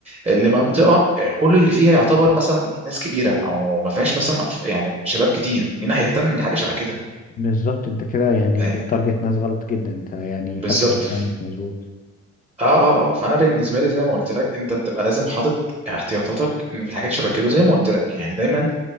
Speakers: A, on the right; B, on the left.
A: لمنطقه آه، كل اللي فيها يعتبر مثلا ايه ناس كبيره او ما فيهاش مثلا أطف... يعني شباب كتير مين هيهتم بحاجه شبه كده
B: بالظبط انت كده يعني
A: آه،
B: بتارجت ناس غلط جدا انت يعني
A: بالظبط
B: فاتح مكان مش مظبوط
A: اه اه اه فانا بالنسبه لي زي ما قلت لك انت بتبقى لازم حاطط احتياطاتك ان في الحاجات شبه كده زي ما قلت لك يعني دايما